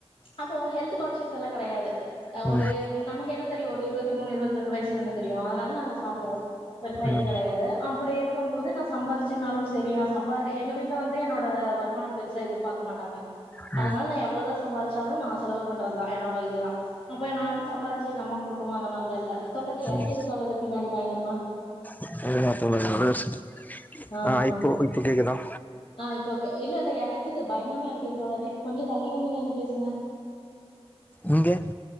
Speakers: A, on the left (about 60°); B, on the left (about 15°).
A: அப்போ ஹெல்த் கான்சியஸ் இதெல்லா கெடயாது
B: ம்
A: ஒரு நமக்கு என்ன தெரியு ஒரு இருபத்தி மூனு இரு ரெண்டு வயசுல என்ன தெரியு அதனால நாங்க சாப்டுவோ பெருசா
B: ம்
A: இது கெடையாது அப்படி இருக்கும் போது நா சம்பாரிச் ச்சநாலு சரி நா சம்பாரக எங்க வீட்டுல வந்து என்னோட வ வருமானம் பெருசா எதிர்பார்க்க மாட்டாங்க
B: ம்
A: அதனால நா எவ்வளோதா சம்பாிச்சாலு நா செலவு பண்றதுதா என்னோட இதுதா அப்ப நா வந்து சம்பாரிச்சே எங்க அம்மா குடுக்கணு அந்த மாரிலா இல்ல இறக்கியது
B: ம்
A: தொல்ல பின்னாடி பயங்கரமா
B: <unintelligible>
A: ஆ ஆ
B: இப்போ இப்போ கேக்குதா
A: ஆ இப்போக் ஆ இல்ல எறைக்குது பயங்கரமா எறைக்குது தோழரே கொஞ்சம் தள்ளி வந்து நின்னு பேசுங்க
B: இங்க